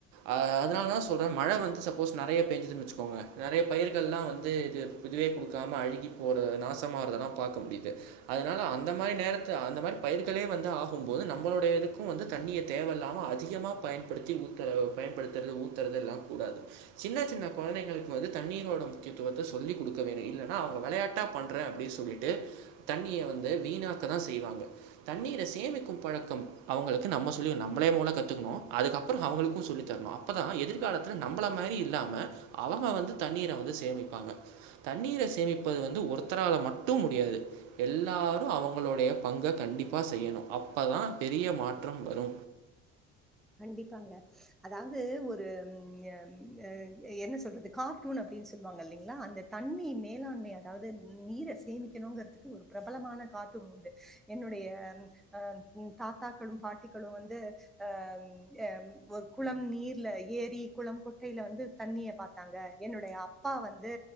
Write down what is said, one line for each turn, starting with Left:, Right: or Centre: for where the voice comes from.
Right: அ அதனால தா சொல்ற மழ‌ வந்து சப்போஸ் நறைய பேஞ்சுதுன்னு வச்சுக்கோங்க நறைய பயிர்கள்லா வந்து இது இதுவே கொடுக்காம அழுகி போற நாசமாறதெல்லா பாக்க முடியுது அதனால அந்த மாரி நேரத்துல அந்த மாரி பயிர்களே வந்து ஆகும் போது நம்மளுடைய இதுக்கு வந்து தண்ணிய தேவயில்லாம அ அதிகமாக பயன்படுத்தி ஊத்துர பயன்படுத்துறது ஊத்தரதெல்லா கூடாது சின்ன சின்ன கொழந்தைகளுக்கு வந்து தண்ணீரோட முக்கியத்துவத்த சொல்லிக் கொடுக்க வேண்ணு இல்லனா அவுங்க வெளயா ட்டா பண்ற அப்டி சொல்லிட்டு தண்ணிய வந்து வீணாக்க தா செய்வாங்க தண்ணீர சேமிக்கும் பழக்கம் அவுங்களுக்கு நம்ம சொல்லி குடுனு நம்பளே மூதல கத் துக்குணு அதுக்கப்புறோ அவுளுக்கு சொல்லித்தரணு அப்பதா எதிர் காலத்துல நம்பள மாரி இல்லாம அவங்க வந்து தண்ணீர வந்து சேமிப்பாங்க தண்ணீர சேமிப்பது வந்து ஒருத்தரால மட்டும் முடியாது எல்லாரு அவங்களுடைய பங்க கண்டிப்பா செய்யணு அப்பதா பெரிய மாற்றம் வரு
Centre: கண்டிப்பாங்க அதாவது ஒரு ம் எ ம் அ என்ன சொல்றது கார்ட்டூன் அப்டின்னு சொல்லுவாங்க இல்லைங்களா அந்த தண்ணி மேலாண்மை அதாவது நீர சேமிக்கணுங்கறதுக்கு ஒரு பிரபலமான கார்டூன் உண்டு என்னுடைய அ தாத்தாக்களு பாட்டிக்களு வந்து அ அ ஒரு குளம் நீர்ல ஏரி குளம் குட்டையில வந்து தண்ணிய பாத்தாங்க என்னுடைய அப்பா வந்து